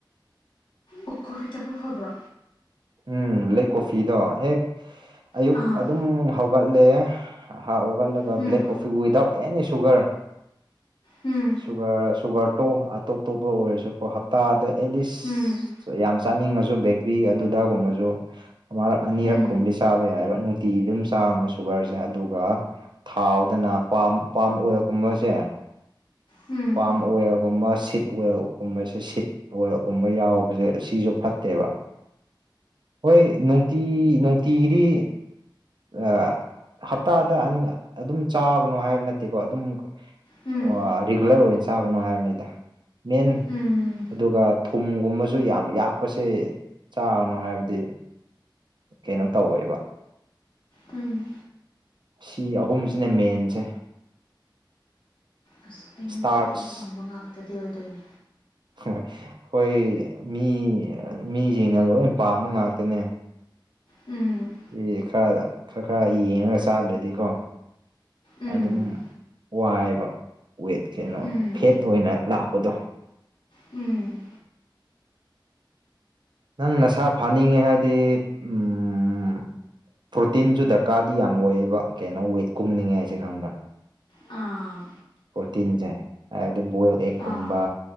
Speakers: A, on the left; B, on the right.
A: ꯑꯣ ꯀꯣꯐꯤ ꯊꯛꯄ ꯐꯕ꯭ꯔꯣ
B: ꯎꯝ ꯕ꯭ꯂꯦꯛ ꯀꯣꯐꯤꯗꯣ ꯍꯦꯛ ꯑꯌꯨꯛ
A: ꯑꯥ
B: ꯑꯗꯨꯝ ꯍꯧꯒꯠꯂꯦ ꯍꯥꯥ ꯎꯒꯂꯒ
A: ꯎꯝ
B: black coffee without any sugar
A: um
B: sugar ꯁꯨꯒꯔꯇꯣ ꯑꯇꯣꯞ ꯇꯣꯞꯄ ꯑꯣꯏꯔꯁꯨꯀꯣ ꯍꯞꯇꯥꯗ ꯑꯦꯂꯤꯁ
A: ꯎꯝ
B: ꯌꯥꯝ ꯆꯥꯅꯤꯡꯉꯁꯨ ꯕꯦꯀ꯭ꯔꯤ ꯑꯗꯨꯗꯥꯒꯨꯝꯕꯁꯨ ꯑꯃꯔꯛ ꯑꯅꯤꯔꯛ
A: ꯎꯝ
B: ꯀꯨꯝꯗꯤ ꯆꯥꯕ ꯌꯥꯏꯑꯕ ꯅꯨꯡꯇꯤꯒꯤ ꯑꯗꯨꯝ ꯆꯥꯅꯣ ꯁꯨꯒꯔꯁꯦ ꯑꯗꯨꯒ ꯊꯥꯎꯗꯅ ꯄꯥꯝ ꯄꯥꯥꯝ ꯑꯣꯏꯜꯀꯨꯝꯕꯁꯦ
A: ꯎꯝ
B: ꯄꯥꯝ ꯑꯣꯏꯜꯒꯨꯝꯕ ꯁꯤꯠ ꯑꯣꯏꯜꯎꯝꯕꯁꯦ ꯁꯤꯠ ꯑꯣꯏꯜꯒꯨꯝꯕ ꯌꯥꯎꯕꯁꯦ ꯁꯤꯁꯨ ꯐꯠꯇꯦꯕ ꯍꯣꯏ ꯅꯨꯡꯇꯤ ꯅꯨꯡꯇꯤꯒꯤꯗꯤ ꯑ ꯍꯞꯇꯥꯗ ꯑꯟ ꯑꯗꯨꯝ ꯆꯥꯒꯅꯨ ꯍꯥꯏꯕ ꯅꯠꯇꯦꯀꯣ ꯑꯗꯨꯝ
A: ꯎꯝ ꯎꯝ
B: ꯑꯣꯑ ꯔꯤꯒꯨꯂꯔ ꯑꯣꯏꯅ ꯆꯥꯒꯅꯣ ꯍꯥꯏꯕꯅꯤꯗ ꯃꯦꯟ
A: ꯎꯝ
B: ꯑꯗꯨꯒ ꯊꯨꯝꯒꯨꯝꯕꯁꯨ ꯌꯥꯝ ꯌꯥꯛꯄꯁꯦ ꯆꯥꯅꯣ ꯍꯥꯏꯕꯗꯤ ꯀꯦꯅꯣ ꯇꯧꯋꯦꯕ
A: ꯎꯝ
B: ꯁꯤ ꯑꯍꯨꯝꯁꯤꯅꯦ ꯃꯦꯟꯁꯦ
A: ꯑꯁ ꯑꯩꯅ
B: ꯏꯁꯇꯥꯔꯠꯁ
A: ꯈ꯭ꯋꯥꯏꯗꯒꯤ ꯄꯥꯝꯕ ꯉꯥꯛꯇꯗꯤ ꯑꯣꯏꯗꯣꯏꯅꯦ
B: ꯍꯣꯏ ꯍꯣꯏ ꯃꯤ ꯃꯤꯖꯤꯡꯅ ꯂꯣꯏ ꯄꯥꯝꯕ ꯉꯥꯛꯇꯅꯦ
A: ꯎꯝ
B: <unintelligible> ꯈꯔꯗ ꯈꯔ ꯈꯔ ꯌꯦꯡꯉ ꯆꯥꯗ꯭ꯔꯗꯤꯀꯣ
A: ꯎꯝ
B: ꯑꯗꯨꯝ ꯋꯥꯏꯕ ꯋꯦꯠ ꯀꯩꯅꯣ
A: ꯎꯝ
B: ꯐꯦꯠꯇ ꯑꯣꯏꯅ ꯂꯥꯛꯄꯗꯣ
A: ꯎꯝ
B: ꯅꯪ ꯅꯁꯥ ꯐꯥꯅꯤꯡꯉꯦ ꯍꯥꯏꯗꯤ ꯎꯝ ꯄ꯭ꯔꯣꯇꯤꯟꯁꯨ ꯗꯔꯀꯥꯔꯗꯤ ꯌꯥꯝ ꯑꯣꯏꯌꯦꯕ ꯀꯦꯅꯣ ꯋꯦꯠ ꯀꯨꯝꯅꯤꯡꯉꯦꯖꯦ ꯈꯪꯕ꯭ꯔꯥ
A: ꯑꯥ
B: ꯄ꯭ꯔꯣꯇꯤꯟꯖꯦ ꯍꯥꯏꯕꯗꯤ ꯕꯣꯏꯜ ꯑꯦꯛꯀꯨꯝꯕ
A: ꯑꯥ